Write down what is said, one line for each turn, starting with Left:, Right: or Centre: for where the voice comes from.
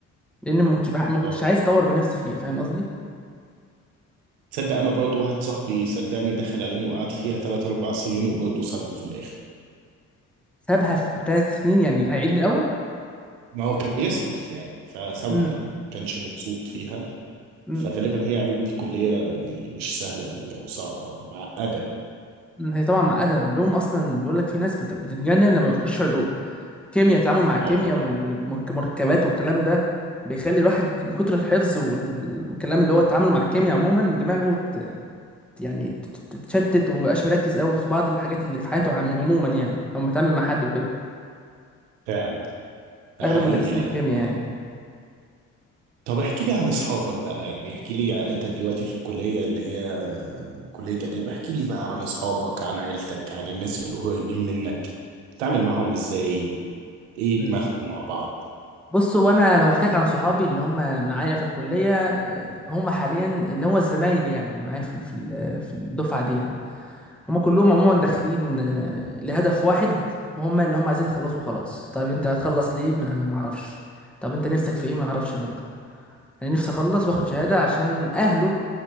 Centre: لان ما كنتش بح... ما كنتش
Right: اه
Centre: عايز اطور من نفسي فيها فاهم قصدي
Right: تصدق انا برضو واحد صاحبي صدقني دخل علوم وقعد فيها 3 4 سنين وبرضه سابها في الاخر
Centre: سابها في ثلاث سنين يعني اعيد من الاول
Right: ما هو كان بيسقط يعني فسابها
Centre: امم
Right: يعني ما كانش مبسوط فيها
Centre: امم
Right: فغالبا هي علوم دي كلية يعني مش سهلة أوي أو صعبة معقدة يعني
Centre: هي طبعا معقده العلوم اصلا بيقول لك في ناس بت... بتتجنن لما بتخش علوم كيمياء التعامل مع الكيمياء
Right: اه آه،
Centre: وال- والمركبات والكلام ده بيخلي الواحد من كتر الحفظ وال- وال- والكلام اللي هو التعامل مع الكيمياء عموما دماغه ت- يعني تت- تتشتت ومبقاش مركز قوي في بعض الحاجات اللي في حياته عمو- عموما يعني لما بيتعامل مع حد وكده
Right: فعلا ده
Centre: اغلب
Right: حقيقي
Centre: مدرسين الكيمياء
Right: يعني
Centre: يعني
Right: طب احكي لي عن اصحابك بقى يعني احكي لي ع- انت دلوقتي في الكلية اللي هي كلية آداب احكي لي بقى
Centre: مم.
Right: عن اصحابك عن عيلتك عن الناس القريبين منك بتتعامل معاهم ازاي ايه
Centre: مم.
Right: دماغكم مع بعض
Centre: بص هو انا لو احكيك عن صحابي اللي هم معايا في الكليه آه، هم حاليا اللي هو الزمايل يعني اللي معايا في ال- في ال- في الدفعه دي يعني هما كلهم عموما داخلين آه، لهدف واحد وهم ان هم عايزين يخلصوا خلاص طيب انت هتخلص ليه ما ما اعرفش طب انت نفسك في ايه ما اعرفش برضه انا نفسي اخلص واخد شهاده عشان اهله